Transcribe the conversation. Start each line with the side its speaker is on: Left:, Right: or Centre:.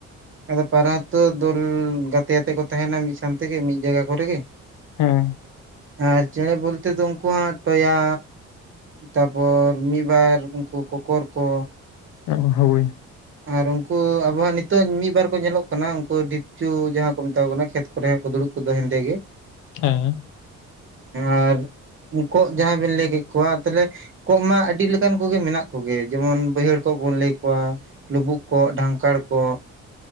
Right: ᱟᱫᱚ ᱯᱚᱨᱮ ᱛᱚ ᱫᱚᱞ ᱜᱟᱛᱮ ᱟᱛᱮᱜ ᱠᱚ ᱛᱟᱦᱮᱱᱟ ᱢᱤᱫ ᱥᱟᱶ ᱛᱮᱜᱮ ᱢᱤᱫ ᱡᱟᱭᱜᱟ ᱠᱚᱨᱮ ᱜᱮᱼᱼ
Left: ᱦᱮᱸ
Right: ᱟᱨ ᱪᱮᱬᱮ ᱵᱚᱞᱛᱮ ᱫᱚ ᱩᱱᱠᱩᱣᱟᱜᱟᱸ ᱴᱚᱭᱟ᱾ ᱛᱟᱯᱚᱨ ᱢᱤᱫ ᱵᱟᱨ ᱩᱱᱠᱩ ᱠᱚᱠᱚᱨ ᱠᱚᱼᱼ
Left: ᱚᱸ ᱦᱳᱭ
Right: ᱟᱨ ᱩᱱᱠᱩ ᱟᱵᱚᱣᱟᱜ ᱱᱤᱛᱚᱜ ᱢᱤᱫᱵᱟᱨ ᱠᱚ ᱧᱮᱞᱚᱜ ᱠᱟᱱᱟ ᱩᱱᱠᱩ ᱰᱷᱤᱯᱪᱩᱭ ᱡᱟᱦᱟᱸ ᱠᱚ ᱢᱮᱛᱟᱣ ᱠᱚ ᱠᱟᱱᱟ ᱠᱷᱮᱛᱼᱼ ᱠᱚᱨᱮ ᱫᱩᱲᱩᱵ ᱠᱚᱫᱚ ᱦᱮᱸᱫᱮ ᱜᱮᱼᱼ
Left: ᱦᱮᱸ᱾
Right: ᱟᱨ ᱩᱱᱠᱩ ᱡᱟᱦᱟᱸ ᱵᱤᱱ ᱞᱟᱹᱭ ᱠᱮᱫ ᱠᱚᱣᱟ ᱛᱟᱦᱞᱮ ᱠᱚᱸᱜ ᱢᱟ ᱟᱹᱰᱤ ᱞᱮᱠᱟᱱ ᱠᱚᱜᱮ ᱢᱮᱱᱟᱜ ᱠᱚᱜᱮ ᱡᱮᱢᱚᱱ ᱵᱟᱹᱭᱦᱟᱹᱲ ᱠᱚᱸᱜ ᱵᱚᱱ ᱞᱟᱹᱭ ᱠᱚᱣᱟ, ᱞᱩᱵᱩᱜ ᱠᱚᱜ ᱰᱷᱟᱝᱠᱟᱲ ᱠᱚᱜ